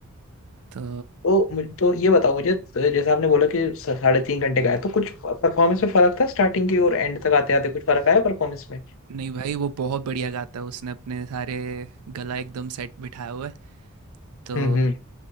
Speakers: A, on the right; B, on the left.
A: तो
B: तो मुझे तो ये बताओ मुझे तो जैसे आपने बोला कि सा- साढ़े तीन घंटे का है तो कुछ परफॉर्मेंस में फर्क था स्टार्टिंग की और एंड तक आते आते कुछ फर्क आया परफॉर्मेंस में
A: नहीं भाई वो बहुत बढ़िया गाता है उसने अपने सारे गला एकदम सेट बिठाया हुआ है तो
B: हम्म हम्म